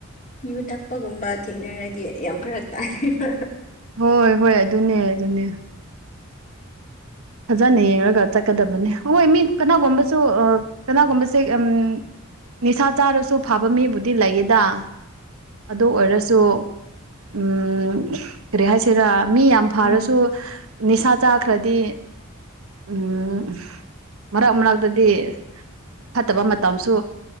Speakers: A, on the left; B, on the right.
A: ꯌꯨ ꯊꯛꯄꯒꯨꯝꯕ ꯊꯦꯡꯅꯔꯗꯤ ꯌꯥꯝ ꯐꯔꯛ ꯇꯥꯅ‌ꯦꯕ
B: ꯍꯣꯏ ꯍꯣꯏ ꯑꯗꯨꯅꯦ ꯑꯗꯨꯅꯦ ꯐꯖꯅ ꯌꯦꯡꯒ ꯆꯠꯀꯗꯕꯅꯦ ꯍꯣꯏ ꯃꯤ ꯀꯅꯥꯒꯨꯝꯕꯁꯨ ꯀꯅꯥꯒꯨꯝꯕꯁꯦ ꯎꯝ ꯅꯤꯁꯥ ꯆꯥꯔꯁꯨ ꯐꯕ ꯃꯤꯕꯨꯗꯤ ꯂꯩꯌꯦꯗ ꯑꯗꯨ ꯑꯣꯏꯔꯁꯨ ꯎꯝ ꯀꯔꯤ ꯍꯥꯏꯁꯤꯔꯥ ꯃꯤ ꯌꯥꯝ ꯐꯥꯔꯁꯨ
A: ꯎꯝ
B: ꯅꯤꯁꯥ ꯆꯥꯈ꯭ꯔꯗꯤ ꯎꯝ ꯃꯔꯛ ꯃꯔꯛꯇꯗꯤ ꯐꯠꯇꯕ ꯃꯇꯝꯁꯨ